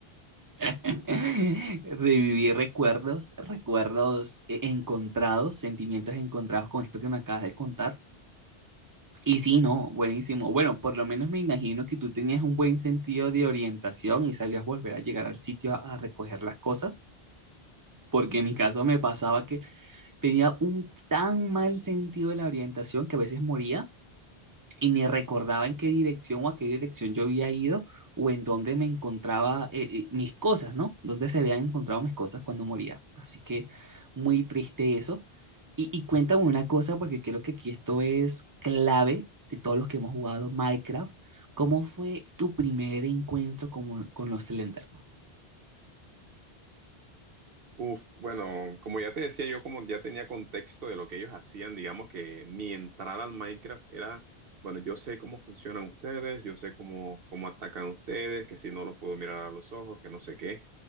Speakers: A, on the right; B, on the right.
A: <laughs> Reviví recuerdos, recuerdos eh, encontrados, sentimientos encontrados con esto que me acabas de contar. Y sí, no, buenísimo. Bueno, por lo menos me imagino que tú tenías un buen sentido de orientación y sabías volver a llegar al sitio a, a recoger las cosas, porque en mi caso me pasaba que tenía un tan mal sentido de la orientación que a veces moría y ni recordaba en qué dirección o a qué dirección yo había ido o en dónde me encontraba eh, eh, mis cosas, ¿no? Dónde se habían encontrado mis cosas cuando moría. Así que muy triste eso. Y, y cuéntame una cosa, porque creo que aquí esto es clave de todos los que hemos jugado Minecraft. ¿Cómo fue tu primer encuentro con, con los Slenderman?
B: Uf, bueno, como ya te decía, yo como ya tenía contexto de lo que ellos hacían, digamos que mi entrada al Minecraft era, bueno, yo sé cómo funcionan ustedes, yo sé cómo, cómo atacan ustedes, que si no los puedo mirar a los ojos, que no sé qué,